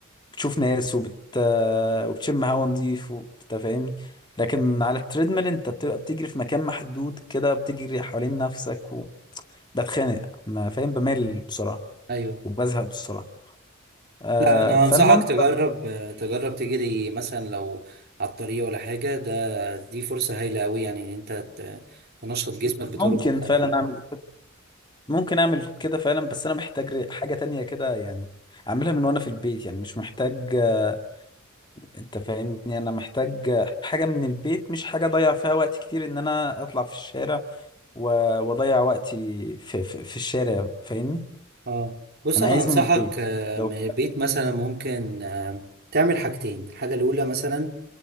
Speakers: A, on the left (about 20°); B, on the right (about 50°).
A: بتشوف ناس وبت آه، وبتشم هوا نظيف و- انت فاهمني لكن على التريدميل انت بتبقى بتجري في مكان محدود كده بتجري حوالين نفسك بتخانق ما فاهم بمل بسرعة
B: ايوه
A: وبزهق بسرعة آه
B: لا انا
A: فالمهم
B: انصحك تجرب تجرب تجري مثلا لو على الطريق ولا حاجه ده دي فرصه هايله قوي يعني ان انت ت- تنشط جسمك بطرق
A: ممكن
B: مختلفه
A: فعلا اعمل ممكن اعمل كده فعلا بس انا محتاج ر- حاجة تانية كده يعني اعملها من وانا في البيت يعني مش محتاج آه، انت فاهمني انا محتاج آه، حاجة من البيت مش حاجة اضيع فيها وقت كتير ان انا اطلع في الشارع و- واضيع وقتي في, في, في الشارع فاهمني
B: اه بص
A: انا
B: انا
A: عايز
B: انصحك
A: من البيت
B: آه،
A: لو
B: من البيت مثلا ممكن آه، تعمل حاجتين الحاجه الاولى مثلا